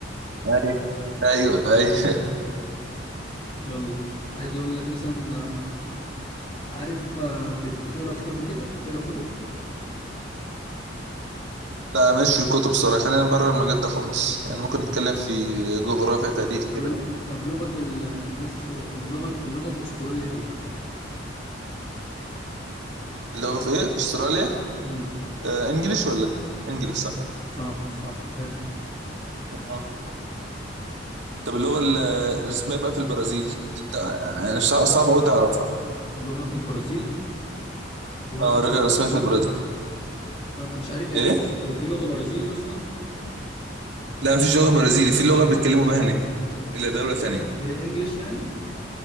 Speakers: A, on the right; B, on the left.
A: ايوه ايوه ايوه
B: يلا عايز اقول لك مثلا آه، عارف آه، بت- بتقرا كتاب وكده بتقرا كتب
A: <laughs> لا ماليش في الكتب الصراحه خلينا بره المجال ده خالص يعني
B: طب
A: ممكن نتكلم في جغرافيا تاريخ
B: طب
A: كده
B: ال- طب لغة ال- الناس فوق اللغة اللغة في أستراليا إيه؟
A: اللغه في ايه في استراليا
B: امم
A: آه انجليش ولا إيه؟ انجليش صح
B: صح صح حلو
A: آه. طب اللغه ال- الرسميه بقى في البرازيل دي انت يعني صع- صعب قوي تعرفها
B: اللغة في البرازيل وأنا
A: اه
B: كنت
A: اللغه الرسميه
B: <laughs>
A: في البرازيل
B: وأنا مش عارف يعني
A: ايه
B: إيه هو في لغة برازيلي أصلا
A: لا مفيش لغه برازيلي في لغه بيتكلموا بها هناك الا دوله تانية
B: غير الإنجليش يعني؟